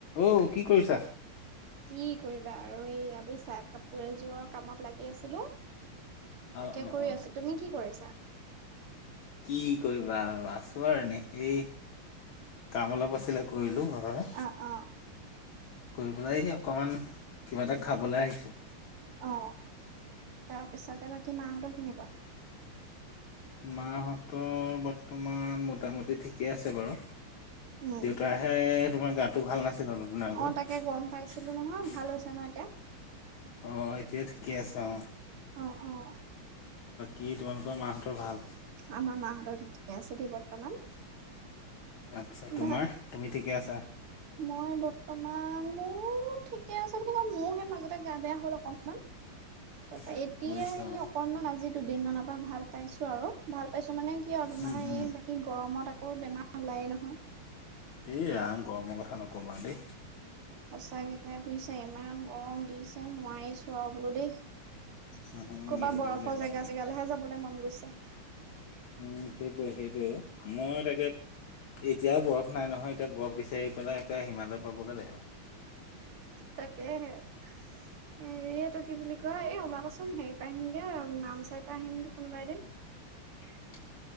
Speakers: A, on the left (about 70°); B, on the right (about 85°).
A: অঔ কি কৰিছা?
B: কি কৰিবা আৰু এই আ বুছা কাপোৰে এযোৰৰ কামত লাগি আছিলো?
A: অ
B: তাকে
A: অ
B: কৰি
A: অ
B: আছো তুমি কি কৰিছা?
A: কি কৰিবা আছো আৰু এনে এই। কাম অলপ আছিলে কৰিলো ঘৰৰে।
B: অ', অ',
A: কৰি পেলাই অকমান কিবা এটা খাবলৈ আহিছে?
B: অ'। তাৰপিছতে বাকী মাহঁতৰ কেনেকুৱা?
A: মাহঁতৰ বৰ্তমান মোটামুটি ঠিকেই আছে বাৰু।
B: উম,
A: দেউতাহে তোমাৰ গাতটো ভাল নাছিলা তপোনাৰ আগত।
B: অ' তাকে গম পাইছিলোঁ নহয়, ভাল হৈছে ন এতিয়া।
A: অ এটোয়ে ঠিকে আছে অ।
B: অ অ।
A: কি তোমালোকৰ মাহঁতৰ ভাল।
B: আমাৰ মাহঁতৰ তিতি আছে দেই বৰ্তমান।
A: আচ্ছা তোমাৰ
B: বা
A: তুমি ঠিকে আছা।
B: মই বৰ্তমান মোৰ ঠিকে আছে বুলি ক মোৰ সেই মাজতে গা বেয়া হ'ল অকনমান।
A: <unintelligible>
B: তাৰপৰা এতিয়া
A: বুজিছো
B: ই
A: অ
B: অকণমান আজি দুদিনমানৰ পৰা ভাল পাইছোঁ আৰু। ভাল পাইছো মানে কিয় তোমাৰ
A: উম
B: এই
A: উম।
B: বাকী গৰমত আকৌ বেমাৰ ওলায়ে নহয়।
A: এ ৰাম গৰমৰ কথা নকবা দেই।
B: সঁচা কেইটাই বুজিছা ইমান গৰম দিছে নোৱাৰিছোঁ আৰু বোলো দেই।
A: মানুহ মৰি
B: ক'ৰবাত
A: থাকিব
B: বৰফৰ
A: লাগিব
B: জেগা
A: এনেকে।
B: চেগালেহে যাবলৈ মন গৈছে।
A: উম সেইটোৱে সেইটোৱে তাকে মই তাকে। এতিয়াও বৰফ নাই নহয় এতিয়া বৰফ বিচাৰি পেলাই একে হিমালয় পাবগৈ লাগিব।
B: তাকেই হে। এৰিয়টো কি বুলি কয় এ ওলাবচোন হেৰি পৰা আহিমগে নামচাই পাই আহিম গৈ কোনোবা এদিন।
A: <unintelligible>